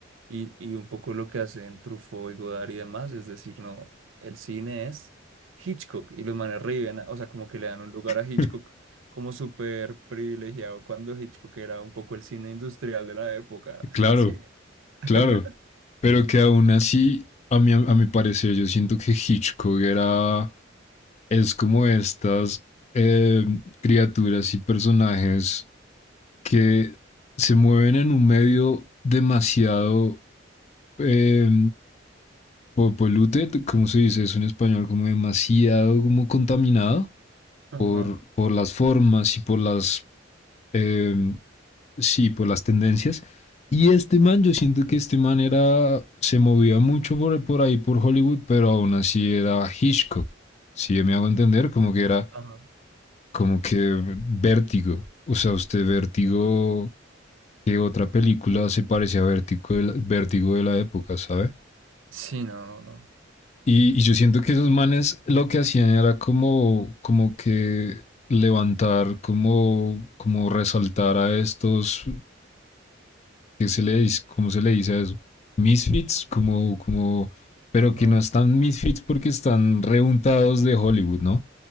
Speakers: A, on the right; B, on the left.
A: y, y un poco lo que hacen Truffaut y Godard y demás, es decir, no, el cine es Hitchcock y los manes riven, o sea, como que le dan un lugar
B: <laughs>
A: a Hitchcock como súper privilegiado cuando Hitchcock era un poco el cine industrial de la época,
B: Claro.
A: sí, el cine. <laughs>
B: Claro, pero que aún así, a mi, a mi parecer, yo siento que Hitchcock era, es como estas eh, criaturas y personajes que se mueven en un medio demasiado eh, po- polluted, ¿cómo se dice eso en español? Como demasiado como contaminado
A: Ajá,
B: por, por las formas y por las eh, Sí, por las tendencias. Y este man, yo siento que este man era, se movía mucho por, por ahí, por Hollywood, pero aún así era Hitchcock. Si me hago entender, como que era,
A: ajá.
B: como que vértigo. O sea, usted vértigo, ¿qué otra película se parece a vértigo de la, vértigo de la época, ¿sabe?
A: Sí, no, no.
B: Y, y yo siento que esos manes lo que hacían era como, como que levantar, como, como resaltar a estos ¿qué se le dice? ¿Cómo se le dice a eso? Misfits, como, como, pero
A: Ajá.
B: que no están misfits porque están reuntados de Hollywood, ¿no?